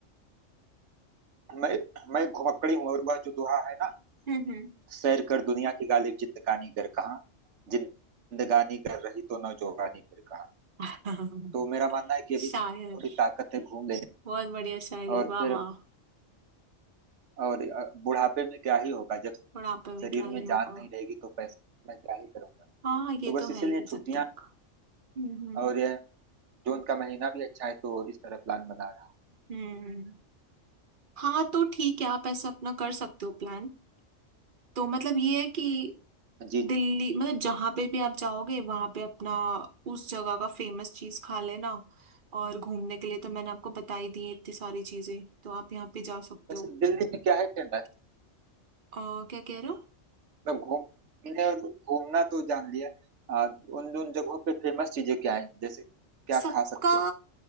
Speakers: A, on the right; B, on the right.
A: मैं मैं घुमक्कड़ी हूँ और वह जो दोहा है ना
B: हम्म
A: सैर कर दुनिया की गालिब जिंदगानी कर कहाँ जिंदगानी कर रही तो न जोगानी फिर कहाँ
B: हम्म।
A: तो मेरा मानना है कि
B: <laughs>
A: अभी से थोड़ी
B: शायर
A: ताकत है घूम लेने की।
B: बहुत बढ़िया शायरी
A: और
B: वाह
A: फिर
B: वाह
A: और अ, बुढ़ापे में क्या ही होगा जब
B: बुढ़ापे में
A: शरीर
B: क्या ही
A: में जान
B: होगा
A: नहीं रहेगी तो पैसे मैं क्या ही करूंगा
B: हाँ ये
A: तो बस
B: तो है
A: इसीलिए
B: ही
A: छुट्टियां
B: जब तक हम्म
A: और यह जून का महीना भी अच्छा है तो इस तरह प्लान बना रहा
B: हम्म हाँ तो ठीक है आप ऐसा अपना कर सकते हो प्लान तो मतलब ये है कि
A: हूँ जी
B: दिल्ली मतलब जहाँ पे भी आप जाओगे वहाँ पे अपना उस जगह का फेमस चीज खा लेना और घूमने के लिए तो मैंने आपको बता ही दी है इतनी सारी चीजें तो आप यहाँ पे जा सकते
A: वैसे
B: हो
A: दिल्ली में क्या है फेमस
B: आ, क्या कह रहे हो
A: मतलब घूमने और घूमना तो जान लिया आ, उन उन जगहों पे फेमस चीजें क्या है जैसे क्या
B: सबका
A: खा सकते हैं